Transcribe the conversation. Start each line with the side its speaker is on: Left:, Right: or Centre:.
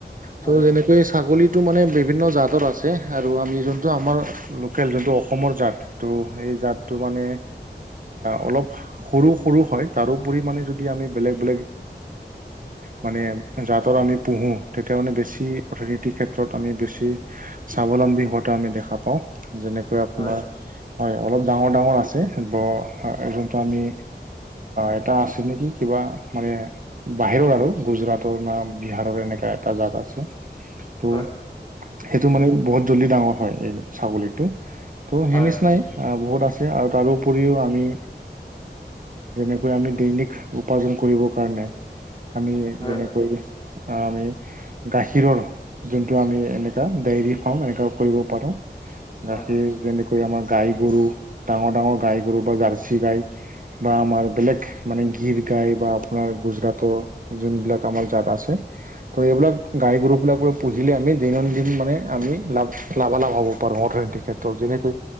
Left: হয়
Right: ত' যেনে ছাগলীটো মানে বিভিন্ন জাতৰ আছে, আৰু আমি যোনটো আমাৰ লোকেল, যোনটো অসমৰ জাত, ত' সেই জাতটো মানে অলপ সৰু সৰু হয়, তাৰোপৰি মানে যদি আমি বেলেগ বেলেগ মানে জাতৰ আমি পোহোঁ, তেতিয়া মানে বেছি অৰ্থনীতিৰ ক্ষেত্ৰত আমি বেছি স্বাৱলম্বী হোৱাাটো আমি দেখা পাওঁ, যেনেকৈ আপোনাৰ
Left: হয়
Right: হয়, অলপ ডাঙৰ ডাঙৰ আছে, ব যোনটো আমি এটা আছে নেকি? কিবা মানে বাহিৰৰ আৰু, গুজৰাটৰ না বিহাৰৰ এনেকা এটা জাত আছে ত',
Left: হয়
Right: সেইটো মানে বহুত জল্দি ডাঙৰ হয়, এই ছাগলীটো। ত'
Left: হয়
Right: সেই নিচিনাই, বহুত আছে আৰু তাৰোপৰিও আমি যেনেকৈ আমি দৈনিক উপাৰ্জন কৰিবৰ কাৰণে আমি
Left: হয়
Right: যেনেকৈ
Left: হয়
Right: আমি গাখীৰৰ যোনটো আমি এনেকুৱা, ডেইলি ফাৰ্ম এনেকুৱা কৰিব পাৰোঁ। গাখীৰ
Left: হয়
Right: যেনেকৈ আমাৰ গাই গৰু, ডাঙৰ ডাঙৰ গাই গৰু, বা জাৰ্চি গাই বা আমাৰ বেলেগ মানে গীৰ গাই, বা আপোনাৰ গুজৰাটৰ যোনবিলাক আমাৰ জাত আছে। ত' এইবিলাক গাই গৰুবিলাক পুহিলে আমি দৈনন্দিন মানে আমি লাভ লাভালাভ হ'ব পাৰো অৰ্থনৈতিক ক্ষেত্ৰত। যেনেকৈ